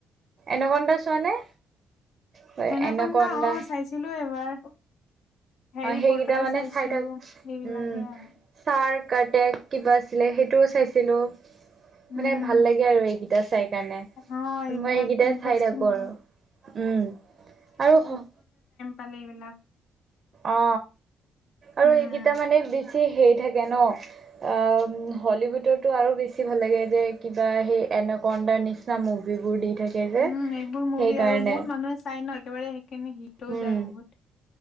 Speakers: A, on the right; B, on the left.
A: এনাকন্দা চোৱা নে? হয়
B: হেনাকন্দা
A: এনকন্দা
B: অ চাইছিলো এবাৰ। হেৰি
A: অ সেইকেইটা
B: পটাৰ
A: মানে
B: চাইছো,
A: চাই থাক,
B: সেইবিলাকে
A: উম
B: আৰু।
A: ছাৰ কটেক কিবা। ছিলে সেইটোও চাইছিলোঁ।
B: উম,
A: মানে ভাল লাগে আৰু এইকেইটা চাই কাৰণে
B: অ এইবিলাক
A: মই এইকেইটা
B: ইন্টাৰেষ্টিং
A: চাই থাকো
B: হয়
A: আৰু। উম আৰু।
B: পালিৰ বিনাক।
A: অ আৰু
B: উম
A: এইকেইটা মানে বি- বেছি হেই থাকে ন অ হলিউডতো আৰু বেছি ভাল লাগে যে কিবা সে এনাকন্দা নিচিনা মুভিবোৰ দি। থাকে যে
B: উম এইবোৰ মুভি
A: সেইকাৰণে
B: আৰু বহুত মানুহে চাই ন একেবাৰে সেইকাৰণে হিটও
A: উম
B: যায় বহুত।